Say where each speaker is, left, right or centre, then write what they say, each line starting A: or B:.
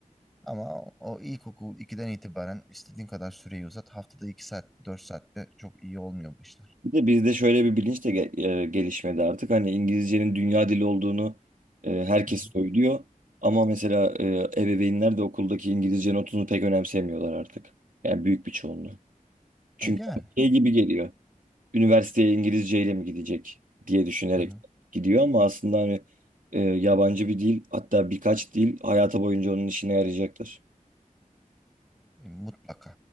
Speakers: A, in the centre; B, on the right.
A: Ama o ilkokul 2'den itibaren istediğin kadar süreyi uzat. Haftada 2 saat, 4 saatte çok iyi olmuyor bu işler.
B: Bir de bizde şöyle bir bilinç de ge- e, gelişmedi artık. Hani İngilizcenin dünya dili olduğunu e, herkes
A: Hı hı.
B: söylüyor. Ama mesela e, ebeveynler de okuldaki İngilizce notunu pek önemsemiyorlar artık. Yani büyük bir çoğunluğu. Çünkü
A: E yani.
B: şey gibi geliyor. Üniversiteye İngilizceyle mi gidecek diye düşünerek
A: Hı hı.
B: gidiyor ama aslında hani e, yabancı bir dil hatta birkaç dil hayata boyunca onun işine yarayacaktır.
A: E, mutlaka.